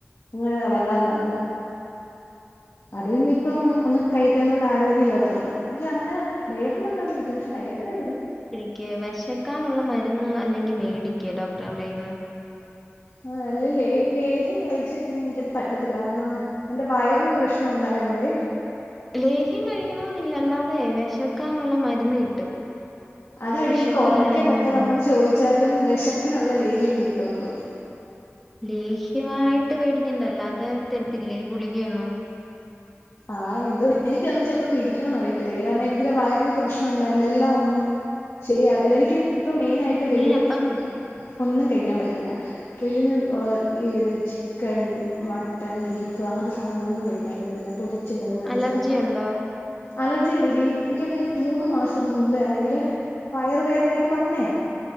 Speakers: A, on the left (about 65°); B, in the centre.
A: അങ്ങനെ വല്ലാതെ
B: ഉം
A: വന്ന് അത്- ഇപ്പോ ഒന്നും കഴിക്കാണ്ട് ആരോഗ്യം ഇല്ലാത്തണ്ട് പക്ഷേ അങ്ങനെ ദേഹം വല്ലാതെ എത്തി പക്ഷേ വേദന വരും.
B: ക്ക് വിശക്കാനുള്ള മരുന്ന് അല്ലെങ്കിൽ മേടിക്ക് ഡോക്ടറിന്റെ കയ്യീന്ന്.
A: ആ അല്ല ലേഹ ലേഹ്യം കഴിച്ച കഴിഞ്ഞാൽ എനിക്കത് പറ്റത്തില്ല കാരണം- എന്റെ വയറിന് പ്രശ്നം ഉണ്ടായോണ്ടേ
B: ലേഹ്യം കഴിക്കണെന്നില്ല അല്ലാതെ വിശക്കാനുള്ള മരുന്ന് കിട്ടും
A: അതാടി
B: വെശപ്പില്ലായ്മയാണ്
A: ഈ കോട്ടക്കലൊക്കെ നമ്മൾ ചോദിച്ചാലും വിശപ്പിനുള്ള ലേഹ്യം കിട്ടുമെന്ന് തോന്നുന്നു.
B: ലേഹ്യമായിട്ട് മേടിക്കണ്ട അല്ലാതെ തരത്തില്ലേ ഗുളികയൊന്നും
A: ആഹ് എന്തോ എനിക്കെന്നും ചിലപ്പോ പിടിക്കുമെന്നും അറിയത്തില്ലാടി കാരണം എനിക്കു വയറിന് പ്രശ്നം ഉണ്ടായണ്ട് എല്ലാം ഒന്നും- ശരിയാവത്തില്ല എനിക്ക് ഇപ്പോ മെയിനായിട്ട്
B: നീ
A: വെളിയിലത്തെ
B: അപ്പം
A: ഫുഡ് ഒന്നും കഴിക്കാൻ പറ്റത്തില്ല. വെളിയിനിന്ന് ഈ ചിക്കൻ, മട്ടൻ, ബീഫ് അങ്ങനത്തെ സാധനങ്ങളൊന്നും കഴിക്കാൻ പറ്റത്തില്ല. ച്ചത് മൊരിച്ചത്
B: അലർജി ഉണ്ടോ
A: അലർജി അല്ല ഇടി എനിക്ക് എന്തെങ്കിൽ മൂന്ന് മാസം മുമ്പേ അല്ലെങ്കില്- വയറുവേദനയായിട്ട് വന്നയാ